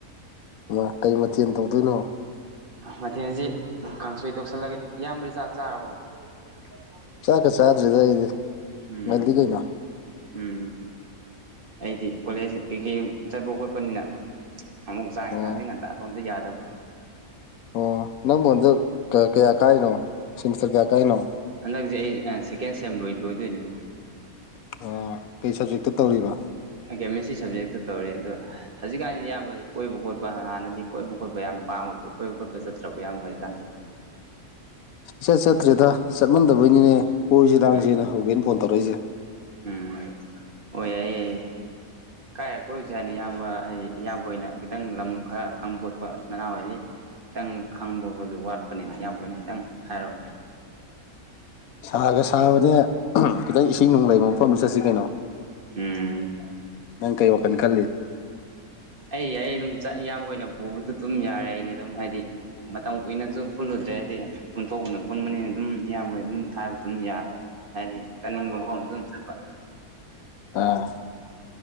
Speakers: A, on the left; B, on the right.
A: ꯃꯥ ꯀꯩ ꯃꯊꯦꯜ ꯇꯧꯗꯣꯏꯅꯣ
B: ꯃꯊꯦꯜꯁꯤ ꯀꯥꯡꯁꯣꯏ ꯇꯧꯁꯜꯂꯒꯦ ꯏꯌꯥꯝꯕꯗꯤ ꯆꯥꯛ ꯆꯥꯔꯕꯣ <unintelligible>
A: ꯆꯥꯛꯀꯥ ꯆꯥꯗ꯭ꯔꯤꯗꯥ ꯑꯩꯗꯤ
B: ꯎꯝ
A: ꯉꯜꯂꯤ ꯀꯩꯅꯣ
B: ꯎꯝ ꯑꯩꯗꯤ ꯀꯣꯂꯦꯖ ꯀꯩꯀꯩ ꯆꯠꯄ ꯈꯣꯠꯄꯅꯤꯅ ꯑꯃꯨꯛ ꯁꯥꯡ
A: ꯑꯥ
B: ꯁꯥꯡꯁꯦ ꯉꯟꯇ ꯇꯨꯝꯖꯦ ꯌꯥꯗꯕ꯫
A: ꯑꯣ ꯅꯪꯕꯨ ꯍꯣꯟꯗ ꯀꯌꯥ ꯀꯥꯏꯅꯣ ꯁꯤꯦꯃꯤꯁꯇꯔ ꯀꯌꯥ ꯀꯥꯏꯅꯣ
B: ꯍꯟꯗꯛꯁꯦ ꯑꯩ ꯑꯪ ꯁꯦꯀꯦꯟ ꯁꯦꯝ ꯂꯣꯏ ꯂꯣꯏꯗꯣꯏꯅꯤ꯫
A: ꯑꯣ ꯀꯩ ꯁꯕꯖꯦꯛꯇ ꯇꯧꯔꯤꯕ
B: ꯀꯦꯃꯤꯁꯇ꯭ꯔꯤ ꯁꯕꯖꯦꯛꯇ ꯇꯧꯔꯤ ꯑꯗꯣ ꯍꯧꯖꯤꯛꯀꯥꯟꯁꯤ ꯏꯌꯥꯝꯕ ꯀꯣꯏꯕ ꯈꯣꯠꯄ ꯍꯥꯟꯅꯗꯤ ꯀꯣꯏꯕ ꯈꯣꯠꯄ ꯌꯥꯝ ꯄꯥꯝꯕꯗꯣ ꯀꯣꯏꯕ ꯈꯣꯠꯄ ꯆꯠꯇ꯭ꯔ ꯏꯌꯥꯝꯕ ꯍꯧꯖꯤꯛꯥꯟꯁꯤꯕꯨ꯫
A: ꯏꯆꯠ ꯆꯠꯇ꯭ꯔꯦꯗ ꯆꯠꯃꯟꯗꯕꯩꯅꯤꯅꯦ ꯀꯣꯏꯁꯤ ꯅꯥꯡꯁꯦꯅ
B: ꯎꯝ
A: ꯍꯧꯒꯦꯅ ꯐꯣꯟ ꯇꯧꯔꯛꯏꯁꯦ
B: ꯎꯝ ꯑꯣꯏ ꯌꯥꯏ ꯀꯥꯏꯔ ꯀꯣꯏꯔꯨꯖꯦ ꯍꯥꯏꯅꯣ ꯏꯌꯥꯝꯕ ꯍꯥꯏꯗꯤ ꯏꯌꯥꯝꯕ ꯑꯣꯏꯅ ꯈꯤꯇꯪ ꯂꯝ ꯈꯔ ꯈꯪꯕ ꯈꯣꯠꯄ ꯅꯅꯥꯎꯋꯥꯏꯗꯤ ꯈꯤꯇꯪ ꯈꯪꯕ ꯈꯣꯠꯕꯗꯣ ꯋꯥꯠꯄꯅꯤꯅ ꯏꯌꯥꯝꯕꯅ ꯈꯤꯇꯪ ꯍꯥꯏꯔꯑꯣꯅꯦ
A: ꯁꯥꯒ ꯁꯥꯕꯅꯦ ꯈꯤꯇꯪ ꯏꯁꯤꯡ ꯅꯨꯡ ꯂꯩꯕ ꯃꯐꯝꯗ ꯆꯠꯁꯤ ꯀꯩꯅꯣ
B: <unintelligible> ꯎꯝ
A: ꯅꯪ ꯀꯩ ꯋꯥꯈꯟ ꯈꯜꯂꯤ
B: ꯑꯩ ꯑꯩ ꯑꯗꯨꯝ ꯆꯥ ꯏꯌꯥꯝꯕ ꯍꯣꯏꯅ ꯄꯨꯕꯗꯨ ꯑꯗꯨꯝ ꯌꯥꯔꯦ ꯑꯩꯗꯤ ꯑꯗꯨꯝ ꯍꯥꯏꯗꯤ ꯃꯇꯝ ꯀꯨꯏꯅꯖꯨ ꯄꯨꯜꯂꯨꯗ꯭ꯔꯦ ꯍꯥꯏꯗꯤ ꯄꯨꯟꯊꯣꯛꯅ ꯄꯨꯟꯕꯅꯤꯅ ꯑꯗꯨꯝ ꯏꯌꯥꯝꯕ ꯑꯗꯨꯝ ꯍꯥꯏꯕ ꯑꯗꯨꯝ ꯌꯥꯔꯦ ꯍꯥꯏꯗꯤ ꯆꯠꯅꯤꯡꯕ ꯃꯐꯝ ꯑꯗꯨꯝ ꯆꯠꯄ
A: ꯑꯥ